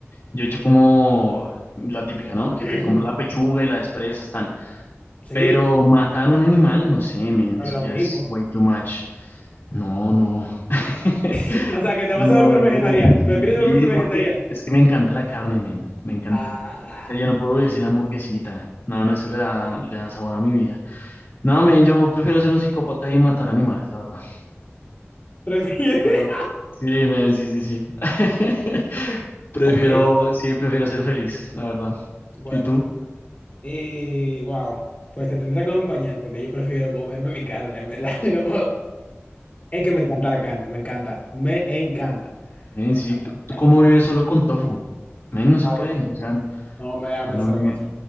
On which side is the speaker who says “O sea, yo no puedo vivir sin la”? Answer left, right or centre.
Left